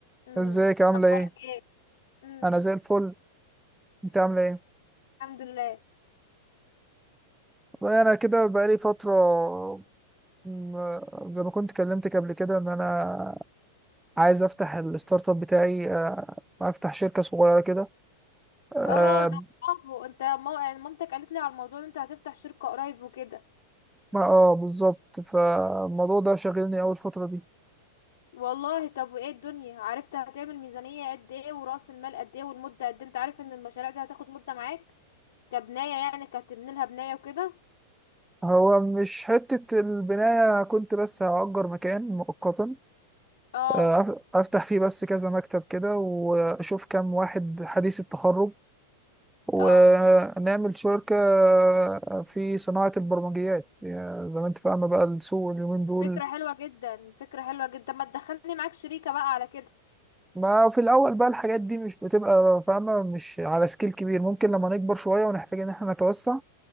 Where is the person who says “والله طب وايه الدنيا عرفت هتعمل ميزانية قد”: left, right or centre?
Left